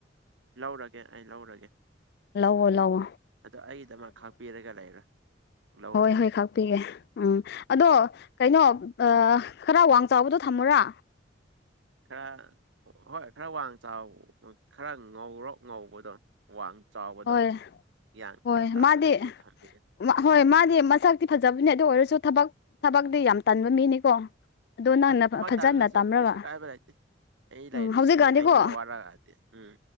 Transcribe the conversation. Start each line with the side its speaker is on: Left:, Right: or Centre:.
Right: ꯂꯧꯔꯒꯦ ꯑꯩ ꯂꯧꯔꯒꯦ
Left: ꯂꯧꯑꯣ ꯂꯧꯑꯣ
Right: ꯑꯗ ꯑꯩꯒꯤꯗꯃꯛ ꯈꯥꯛꯄꯤꯔꯒ ꯂꯩꯔꯣ ꯂꯧꯔꯒꯦ
Left: ꯍꯣꯏ ꯍꯣꯏ ꯈꯥꯛꯄꯤꯒꯦ ꯎꯝ ꯑꯗꯣ ꯀꯩꯅꯣ
Right: ꯎꯝ
Left: ꯈꯔ ꯋꯥꯡ ꯆꯥꯎꯕꯗꯣ ꯊꯝꯃꯣꯔꯥ
Right: ꯈꯔ ꯍꯣꯏ ꯈꯔ ꯋꯥꯡ ꯆꯥꯎ ꯈꯔ ꯉꯧꯔꯣꯛ ꯉꯧꯕꯗꯣ ꯋꯥꯡ ꯆꯥꯎꯕꯗꯣ
Left: ꯍꯣꯏ
Right: ꯌꯥꯟ
Left: ꯍꯣꯏ
Right: ꯈꯔ ꯇꯥꯕꯗꯣ
Left: ꯃꯥꯗꯤ
Right: ꯑꯗꯨ ꯊꯝꯕꯤꯌꯨ
Left: ꯍꯣꯏ ꯃꯥꯗꯤ ꯃꯁꯛꯇꯤ ꯐꯖꯕꯅꯦ ꯑꯗꯨ ꯑꯣꯏꯔꯁꯨ ꯊꯕꯛ ꯊꯕꯛꯇꯤ ꯌꯥꯝ ꯇꯟꯕ ꯃꯤꯅꯤꯀꯣ ꯑꯗꯣ ꯅꯪꯅ
Right: ꯑꯦ ꯊꯕꯛ
Left: ꯐꯖꯅ
Right: ꯇꯥꯜꯂꯁꯨ
Left: ꯇꯝꯔꯒ
Right: ꯀꯩꯁꯨ ꯀꯥꯏꯕ ꯂꯩꯇꯦ ꯑꯩ ꯂꯩꯔꯤꯁꯤꯗꯤ
Left: ꯎꯝ ꯍꯧꯖꯤꯛꯀꯥꯟꯗꯤꯀꯣ
Right: ꯑꯩꯅ ꯋꯥꯔꯛꯑꯗꯤ ꯎꯝ